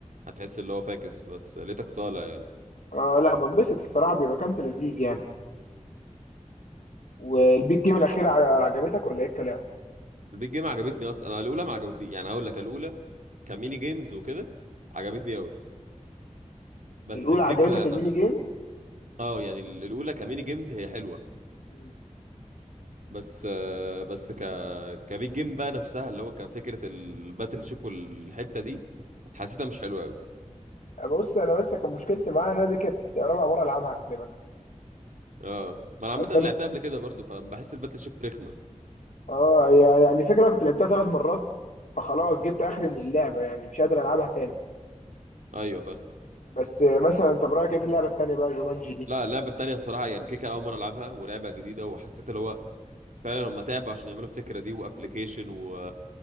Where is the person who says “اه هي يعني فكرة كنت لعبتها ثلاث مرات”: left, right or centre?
Left